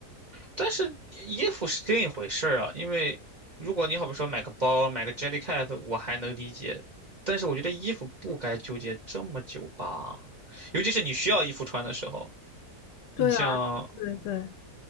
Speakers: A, on the right (about 40°); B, on the left (about 85°).
A: 但是衣服是另一回事儿啊，因为如果你好比说买个包、买个 Jellycat，我还能理解，但是我觉得衣服不该纠结这么久吧，尤其是你需要衣服穿的时候，你像，
B: 对啊，对对